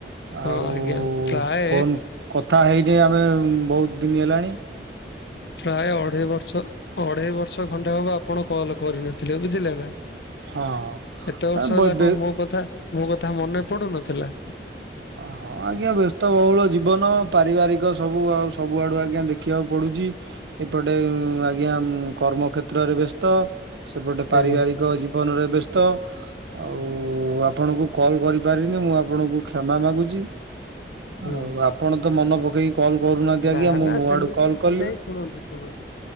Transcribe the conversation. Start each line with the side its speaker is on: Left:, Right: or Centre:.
Right: ଆଉ
Left: ହଁ ଆଜ୍ଞା ପ୍ରାୟ
Right: ଫୋନ କଥା ହେଇନେ ଆମେ ବହୁତ ଦିନ ହେଲାଣି -
Left: ପ୍ରାୟ ଅଢେଇ ବର୍ଷ ଅଢେଇ ବର୍ଷ ଖଣ୍ଡେ ହବ ଆପଣ କଲ କରିନଥିଲେ ବୁଝିଲେ ନା।
Right: ହଁ
Left: ଏତେ ବର୍ଷ
Right: ଆ, ବ-
Left: ହେଲା
Right: ବେ-
Left: କଣ ମୋ କଥା ମୋ କଥା ମନେ ପଡୁନଥିଲା?
Right: <unintelligible> ଆଜ୍ଞା ବ୍ୟସ୍ତ ବହୁଳ ଜୀବନ ପାରିବାରିକ ସବୁ ଆଉ ସବୁଆଡୁ ଆଜ୍ଞା ଦେଖିବାକୁ ପଡୁଚି - ଏପଟେ ଉଁ ଆଜ୍ଞା କର୍ମ କ୍ଷେତ୍ରରେ ବ୍ୟସ୍ତ - ସେପଟେ ପାରିବାରିକ
Left: ଆଜ୍ଞା
Right: ଜୀବନରେ ବ୍ୟସ୍ତ ଆଉ
Left: ଆଜ୍ଞା
Right: ଉ ଆପଣଙ୍କୁ କଲ୍ କରିପାରିନି ମୁଁ ଆପଣଙ୍କୁ କ୍ଷମା ମାଗୁଚି
Left: ହୁଁ
Right: ଆଉ ଆପଣ ତ ମନ ପକେଇ କଲ୍ କରୁନାହାନ୍ତି
Left: ନା
Right: ଆଜ୍ଞା ମୁଁ
Left: ନା
Right: ମୋ
Left: ସେମିତି
Right: ଆଡୁ କଲ୍
Left: କିଛି
Right: କଲି
Left: ନାହିଁ
Right: -
Left: ଶୁଣନ୍ତୁ ଶୁଣନ୍ତୁ